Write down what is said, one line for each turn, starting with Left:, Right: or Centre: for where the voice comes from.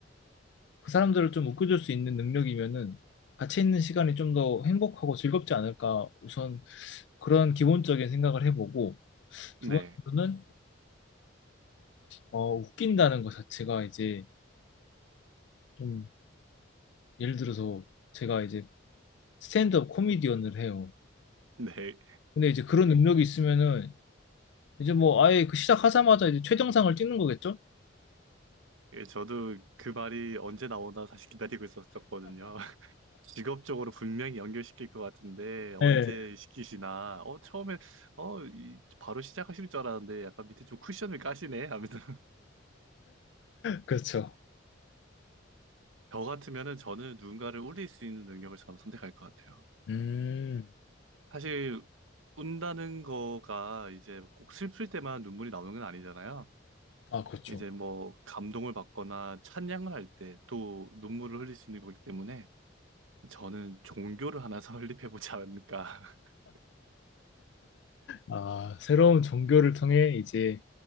Left: 그 사람들을 좀 웃겨줄 수 있는 능력이면은 같이 있는 시간이 좀 더 행복하고 즐겁지 않을까. 우선 그런 기본적인 생각을 해보고
Right: 네.
Left: 두 번째로는 어, 웃긴다는 것 자체가 이제 좀 예를 들어서 제가 이제 스탠드업 코미디언을 해요.
Right: 네.
Left: 근데 이제 그런 능력이 있으면은 이제 뭐 아예 그 시작하자마자 이제 최정상을 찍는 거겠죠?
Right: 예, 저도 그 말이 언제 나오나 사실 기다리고 있었었거든요. <laughs> 직업적으로 분명히 연결시킬 것 같은데 언제
Left: 예,
Right: 시키시나. 어, 처음엔 어, 이- 바로 시작하실 줄 알았는데 약간 밑에 좀 쿠션을 까시네 하면서
Left: 그렇죠.
Right: 저 같으면은 저는 누군가를 울릴 수 있는 능력을 저는 선택할 것 같아요.
Left: 음,
Right: 사실 운다는 거가 이제 꼭 슬플 때만 눈물이 나오는 건 아니잖아요.
Left: 아, 그렇죠.
Right: 이제 뭐 감동을 받거나 찬양을 할 때 또 눈물을 흘릴 수 있는 거기 때문에 저는 종교를 하나 <laughs> 설립해 보지 않을까. <laughs>
Left: 아, 새로운 종교를 통해 이제